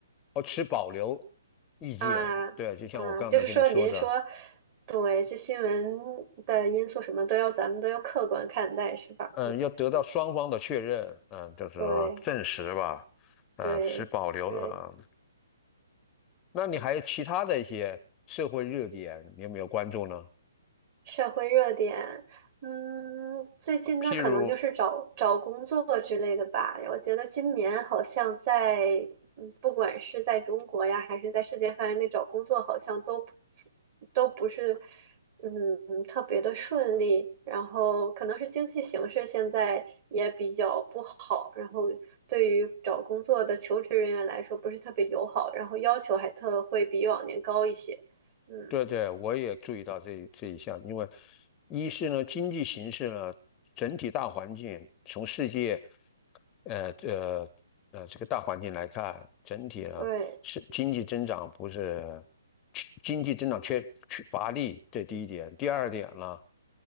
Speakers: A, on the left; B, on the right.
A: 我持保留意见。
B: 啊，
A: 对，就像我刚才跟你说的。
B: 啊，就是说，您说，对，这新闻的因素什么都要，咱们都要客观看待，是吧？
A: 嗯，
B: 嗯，
A: 要得到双方的确认，嗯，就是说证实吧，
B: 对，
A: 嗯，
B: 对，
A: 是保留了。
B: 对。
A: 那你还有其他的一些社会热点，你有没有关注呢？
B: 社会热点，嗯，最近那可能就是找找工作之类的吧。
A: 譬如。
B: 我觉得今年好像在，嗯，不管是在中国呀，还是在世界范围内找工作，好像都不都不是，嗯，特别的顺利。然后可能是经济形势现在也比较不好，然后对于找工作的求职人员来说不是特别友好，然后要求还特会比往年高一些。嗯，
A: 对对，我也注意到这这一项，因为一是呢，经济形势呢，整体大环境从世界，呃这呃这个大环境来看，整体呢是经济增长不是
B: 对，
A: 经济增长缺缺乏力，这第一点。第二点呢，